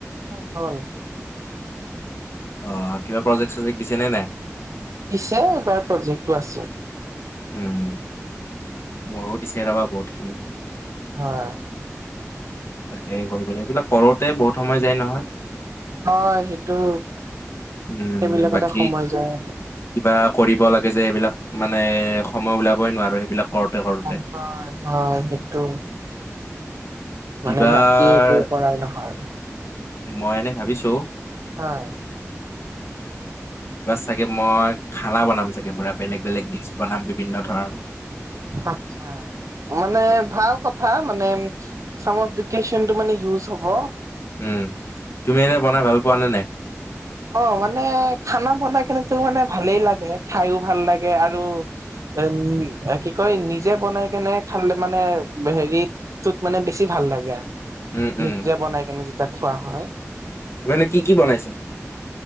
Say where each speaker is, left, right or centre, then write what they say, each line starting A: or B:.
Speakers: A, on the right; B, on the left.
A: হল।
B: অ' কিবা প্ৰজেক্ট চজেক্ট দিছে নে নাই।
A: দিছে এইবাৰ প্ৰজেক্টটো আছে।
B: উম মোৰো দিছে ৰবা বহুতখিনি।
A: হয়।
B: তাকে কৰিব সেইবিলাক কৰোতে বহুত সময় যায় নহয়।
A: হয় সেইটো।
B: উম
A: সেইবিলাকতে
B: বাকী
A: সময় যায়
B: কিবা কৰিব লাগে যে এইবিলাক মানে সময় উলাবই নোৱাৰো সেইবিলাক। কৰোতে
A: <unintelligible>
B: কৰোতে।
A: সেইটো। মানে
B: এইবাৰ
A: বাকি একো কৰা নহয়।
B: মই এনে ভাবিছো।
A: হয়।
B: কিবা চাগে মই খানা বনাম চাগে পুৰা বেলেগ বেলেগ ডিচ বনাম। বিভিন্ন ধৰ
A: আচ্ছা মানে ভাল কথা <unintelligible> মানে ইউজ হব।
B: উম। তুমি এনে বনাই ভাল পোৱা নে নাই?
A: অ' মানে খানা বনাই কিন্তু মানে ভালেই লাগে খাইও ভাল লাগে আৰু এ কি কয় নিজে বনাই কেনে খালে মানে হেৰিটোত মানে বেছি ভাল লাগে আৰু।
B: উম, উম,
A: নিজে
B: উম।
A: বনাই কেনে যেতিয়া খোৱা হয়।
B: মানে কি কি বনাইছে?